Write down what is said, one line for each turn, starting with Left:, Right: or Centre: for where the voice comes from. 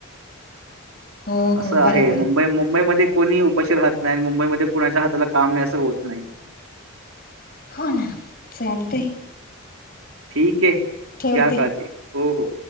Left: हो हो
Right: असं आहे.
Left: बराबर
Right: मुंबई मुं मुंबईमध्ये कोणी उपशार राहात नाही. मुंबईमध्ये कुणाच्या हाताला काम नाही असं होत नाही.
Left: हो ना चालत.
Right: ठीक आहे घ्या
Left: ठेवते
Right: काजी हो हो.